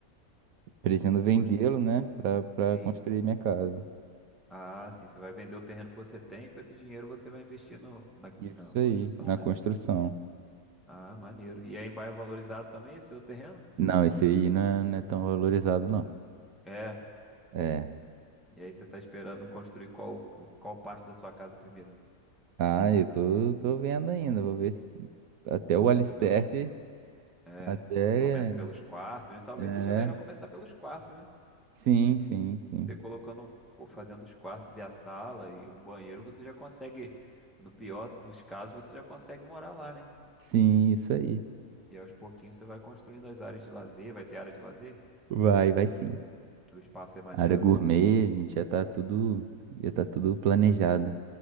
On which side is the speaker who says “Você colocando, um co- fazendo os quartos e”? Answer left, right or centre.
Centre